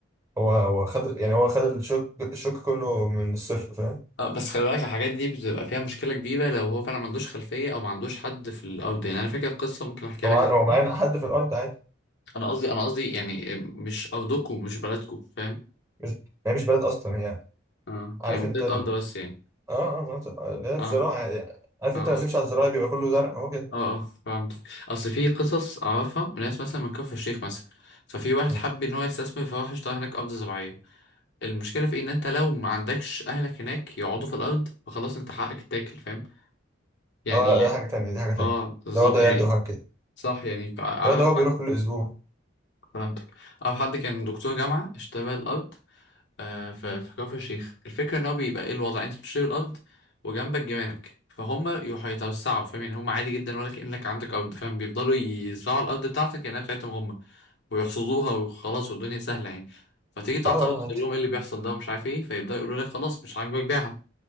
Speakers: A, on the right; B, on the left.
A: هو هو خد يعني هو خد الشوك الشوك كله من الصفر فاهم
B: اه بس خلي بالك الحاجات دي بتبقى فيها مشكلة كبيرة لو هو فعلا ما عندوش خلفية او ما عندوش حد في الارض يعني انا فاكر قصة ممكن احكيها
A: هو
B: لك
A: ع-
B: دلوقتي
A: هو معانا حد في الارض عادي
B: انا قصدي انا قصدي يعني مش ارضكم مش بلدكم فاهم
A: مش هي مش بلد اصلا هي
B: اه
A: عارف
B: هي منطقة
A: انت ال...
B: ارض بس يعني
A: اه اه مناطق اللي هي الزراعه
B: اه
A: يعني عارف
B: اه
A: انت لما
B: اصل
A: بتمشي على الزراعه بيبقى كله زرع هو كده
B: اه اه فهمت اصل في قصص اعرفها ناس مثلا من كفر الشيخ مثلا ففي واحد
A: مم.
B: حب ان هو يستثمر فراح اشترى هناك ارض زراعية المشكلة في إيه؟ ان انت لو ما عندكش اهلك هناك يقعدوا في الارض فخلاص انت حقك تاكل فاهم يعني
A: اه لا ده حاجه تانية دي حاجه تانية
B: اه بالظبط
A: ده هو ده
B: يعني
A: يد وحاجه كده
B: صح يعني اعرف
A: لا ده هو بيروح كل اسبوع
B: فهمتك او حد كان دكتور جامعه اشترى الارض آه، في في كفر الشيخ الفكره ان هو بيبقى ايه الوضع انت بتشتري الارض وجنبك جيرانك فهم يروحوا يتوسعوا فاهم يعني هم عادي جدا ولا كانك عندك ارض فاهم بيفضلوا يزرعوا الارض بتاعتك كانها بتاعتهم هم ويحصدوها وخلاص والدنيا سهله يعني فتيجي مم. تعترض
A: اه آه، آه،
B: تقول
A: عادي
B: لهم ايه اللي بيحصل ده ومش عارف ايه فيبداوا يقولوا لك خلاص مش عاجبك بيعها